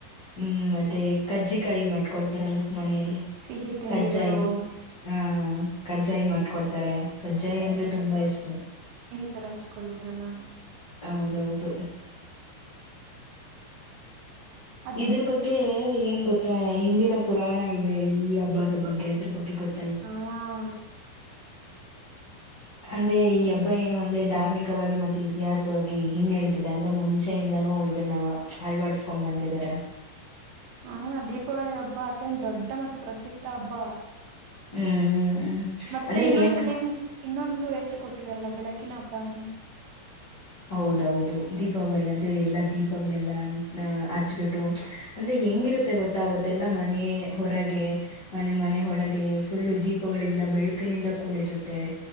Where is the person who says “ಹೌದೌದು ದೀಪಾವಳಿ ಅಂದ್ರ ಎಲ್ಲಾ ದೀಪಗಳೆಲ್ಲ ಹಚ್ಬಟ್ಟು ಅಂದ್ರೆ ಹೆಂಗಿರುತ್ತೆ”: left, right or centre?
Left